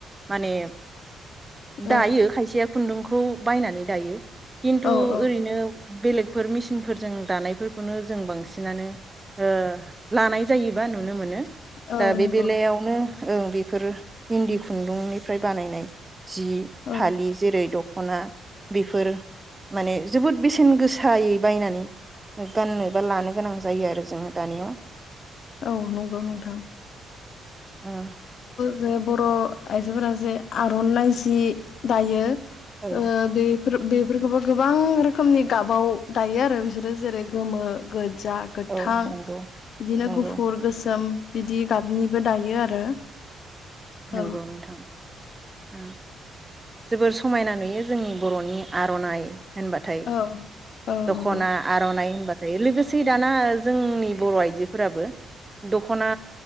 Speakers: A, on the right; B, on the left.
A: माने
B: औ
A: दायो खायसेया खुन्दुंखौ बायनानै दायो। खिन्थु
B: औ औ
A: ओरैनो बेलेग फोर मेसिनफोरजों दानायफोरखौनो जों बांसिनानो ओ लानाय जायोबा नुनो मोनो।
B: औ
A: दा बे
B: नंगौ
A: बेलायावनो। ओं बेफोर इन्दि खुन्दुंनिफ्राय बानायनाय जि।
B: औ
A: फालि जेरै दख दखना बेफोर माने जोबोद बेसेन गोसायै बायनानै गाननो बा लानो गोनां जायो आरो जोङो दानिया।
B: औ नंगौ नोंथां।
A: उम।
B: जोंङो बर' आइजोफोरा जे आर'नाइ जि दायो।
A: उम
B: ओ बेफोर बेफोर खौबो गोबां रोखोमनि गाबाव दायो आरो बिसोरो जेरै गोमो गोद जा गोथां
A: औ नंगौ
B: बिदिनो
A: नंगौ
B: गुफुर गोसोम। बिदि गाबनि बो दायो आरो।
A: नोंगौ
B: औ
A: नोंथां उम। जोबोर समायना नुयो जोंनि बर'नि आर'नाइ होनबाथाय
B: औ औ
A: दख'ना
B: नंगौ
A: आर'नाइ होनबा फ्राय लोगोसे दाना जोंनि बर' आइजोफोराबो दख'ना